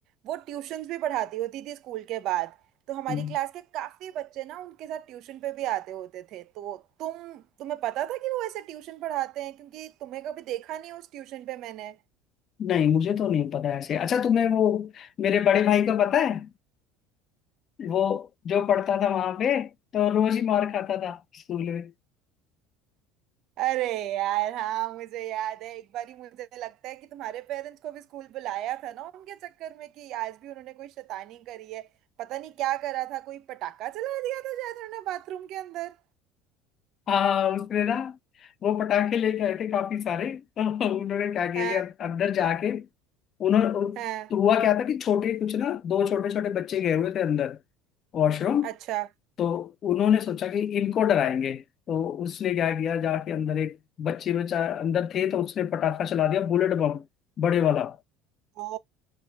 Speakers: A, on the right; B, on the left.
A: वो ट्यूशंस भी पढ़ाती होती थी स्कूल के बाद तो हमारी
B: हम्म,
A: क्लास के काफी बच्चे ना उनके साथ ट्यूशन पे भी आते होते थे तो तुम तुम्हें पता था कि वो ऐसे ट्यूशन पढ़ाते हैं क्योंकि तुम्हें कभी देखा नहीं उस ट्यूशन पे मैंने
B: नहीं मुझे तो नहीं पता ऐसे अच्छा तुम्हें वो मेरे बड़े भाई को पता है वो जो पढ़ता था वहां पे तो रोज ही मार खाता था स्कूल में
A: अरे यार हाँ मुझे याद है एक बारी मुझे लगता है कि तुम्हारे पेरेंट्स को भी स्कूल बुलाया था ना उनके चक्कर में कि आज भी उन्होंने कोई शैतानी करी है पता नहीं क्या करा था कोई पटाखा जला दिया था शायद उन्होंने बाथरूम के अंदर
B: हाँ उसने ना वो पटाखे लेके आए थे काफी सारे तो उन्होंने क्या किया
A: हाँ
B: कि अंदर जाके उन्होंने तो
A: हाँ
B: हुआ क्या था कि छोटे कुछ ना दो छोटे छोटे बच्चे गए हुए थे अंदर वॉशरूम
A: अच्छा
B: तो उन्होंने सोचा कि इनको डराएंगे तो उसने क्या किया जाके अंदर एक बच्चे बच्चा अंदर थे तो उसने पटाखा चला दिया बुलेट बम बड़े वाला
A: ओ